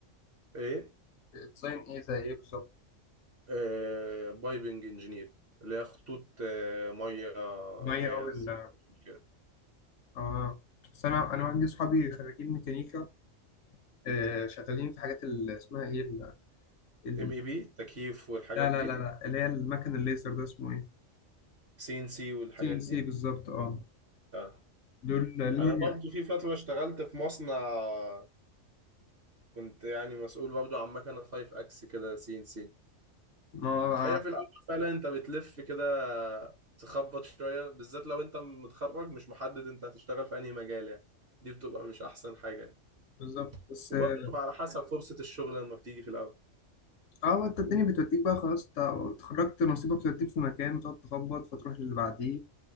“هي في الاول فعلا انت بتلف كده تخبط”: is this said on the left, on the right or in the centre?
Right